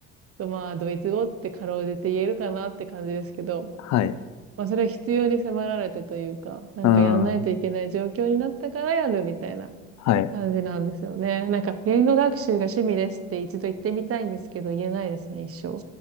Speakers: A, on the right; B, on the left.
A: とまあドイツ語ってかろうじて言えるかなって感じですけど、
B: はい。
A: まあそれは必要に迫られてというか、なんかやんないといけない状況になったからやるみたいな
B: ああ、はい。
A: 感じなんですよね。なんか、言語学習が趣味ですって一度言ってみたいんですけど、言えないですね、一生。